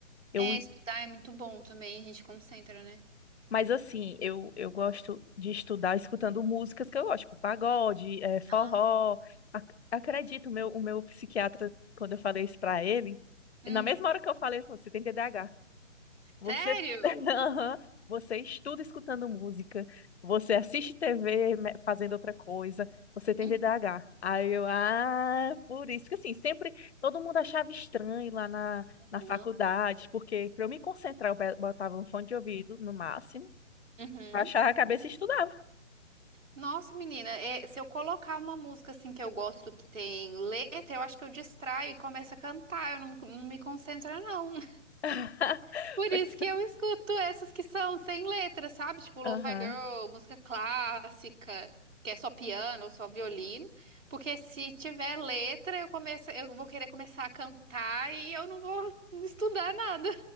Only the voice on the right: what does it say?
É, estudar é muito bom também, a gente concentra, né?
Ah,
hum,
sério?
Uhum.
Uhum.
Uhum.
Nossa, menina, é, se eu colocar uma música assim que eu gosto que tem letra, eu acho que eu distraio e começo a cantar, eu não, não me concentro, não. <laughs>
Por
isso que eu escuto essas que são sem letra, sabe? Tipo Lo-Fi
Girl, música clássica, que é só piano ou só violino. Porque se tiver letra, eu começo, eu vou querer começar a cantar e eu não vou estudar nada.